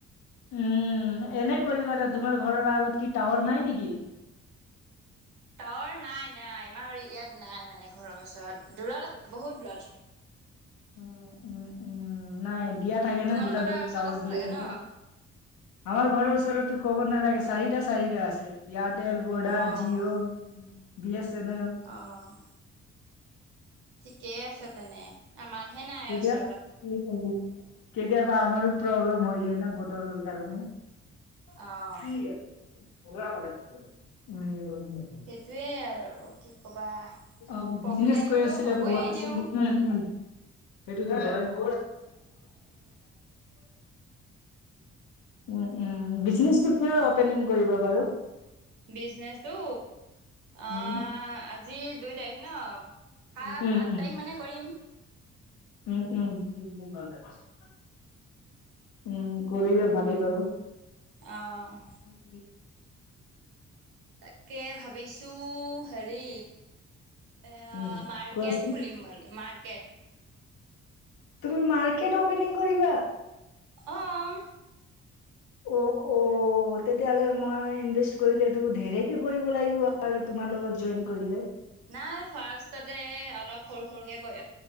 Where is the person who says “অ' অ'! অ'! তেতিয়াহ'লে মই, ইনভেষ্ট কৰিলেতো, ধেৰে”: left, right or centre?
Left